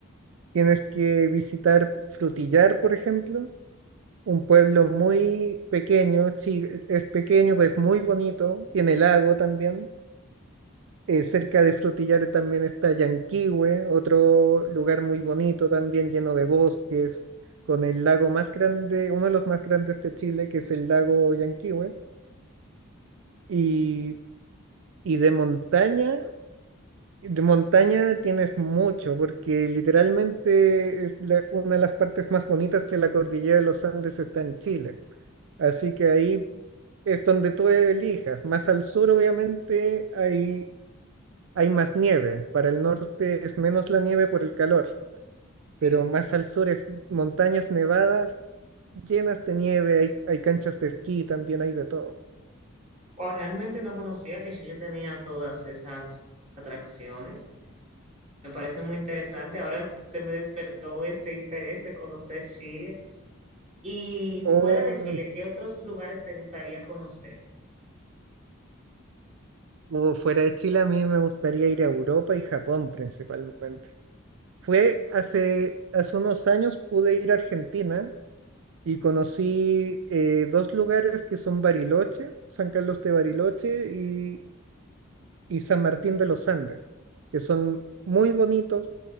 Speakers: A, on the right; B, on the right.
A: Tienes que visitar Frutillar, por ejemplo, un pueblo muy pequeño, chi- es pequeño, pero es muy bonito, tiene lago también. Eh, cerca de Frutillar también está Llanquihue, otro lugar muy bonito también, lleno de bosques, con el lago más grande, uno de los más grandes de Chile, que es el lago Llanquihue. Y, y de montaña. De montaña tienes mucho, porque literalmente es la- una de las partes más bonitas de la cordillera de los Andes está en Chile. Así que ahí es donde tú elijas. Más al sur, obviamente, hay, hay más nieve. Para el norte es menos la nieve por el calor, pero
B: sí.
A: más al sur es montañas nevadas llenas de nieve. Hay, hay canchas de esquí, también hay de todo.
B: O realmente no conocía que Chile tenía todas esas atracciones. Me parece muy interesante. Ahora s- se me despertó ese interés de conocer Chile. Y
A: Oh,
B: fuera de Chile,
A: sí.
B: ¿qué otros lugares te gustaría conocer?
A: O fuera de Chile, a mí me gustaría ir a Europa y Japón principalmente. Fue hace, hace unos años pude ir a Argentina y conocí eh, dos lugares que son Bariloche, San Carlos de Bariloche y, y San Martín de los Andes, que son muy bonitos,